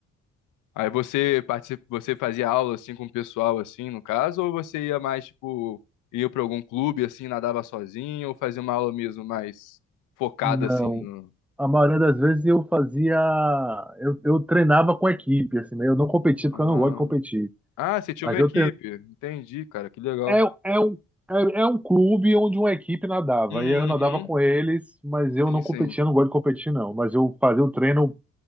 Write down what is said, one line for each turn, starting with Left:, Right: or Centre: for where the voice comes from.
Left: Aí você participa, você fazia aula assim com o pessoal assim, no caso, ou você ia mais tipo ia para algum clube assim, nadava sozinho, ou fazia uma aula mesmo mais focada
Centre: Não.
Left: assim no
Centre: A maioria das vezes eu fazia. Eu, eu treinava com equipe, assim, né? Eu não competia
Left: Ah,
Centre: porque eu não gosto de competir.
Left: ah, você tinha
Centre: Mas
Left: uma equipe.
Centre: eu
Left: Entendi, cara, que legal.
Centre: É, é um, é, é um clube onde uma equipe nadava.
Left: Uhum.
Centre: E eu nadava com eles, mas eu
Left: Sim,
Centre: não
Left: sim.
Centre: competia, não gosto de competir, não. Mas eu fazia o treino